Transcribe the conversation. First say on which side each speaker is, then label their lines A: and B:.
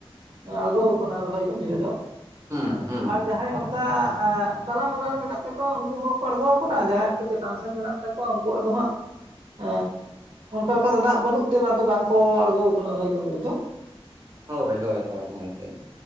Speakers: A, on the right (about 55°); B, on the right (about 30°).
A: ᱟᱲᱜᱳ ᱠᱟᱱᱟ ᱨᱚᱦᱚᱭ ᱠᱟᱹᱢᱤ ᱨᱮ ᱫᱚ᱾
B: ᱦᱩᱸ
A: ᱦᱮᱸ
B: ᱦᱩᱸ
A: ᱟᱨ ᱡᱟᱸᱦᱟᱭ ᱚᱱᱠᱟ ᱚᱱᱠᱟ ᱛᱟᱞᱟ ᱢᱟᱞᱟ ᱨᱮ ᱢᱮᱱᱟᱜ ᱛᱟᱠᱚᱣᱟ᱾ ᱩᱱᱠᱩ ᱦᱚᱸᱠᱚ ᱟᱲᱜᱳ ᱟᱠᱟᱱᱟ ᱡᱟᱸᱦᱟᱭ ᱩᱱᱠᱩ ᱪᱮᱛᱟᱱ ᱥᱮᱱ ᱢᱮᱱᱟᱜ ᱛᱟᱠᱚᱣᱟ ᱩᱱᱠᱩᱣᱟᱜ ᱫᱚ ᱦᱟᱸᱜ ᱮᱜᱻ ᱚᱱᱠᱟ ᱞᱮᱠᱟ ᱫᱚ ᱫᱟᱜ ᱵᱟᱹᱱᱩᱜ ᱛᱮ ᱟᱫᱚ ᱵᱟᱝ ᱠᱚ ᱟᱲᱜᱳ ᱟᱠᱟᱱᱟ ᱵᱷᱟᱹᱭ ᱠᱟᱹᱢᱤ ᱨᱮ ᱫᱚ
B: ᱦᱳᱭ ᱦᱳᱭ ᱦᱳᱭ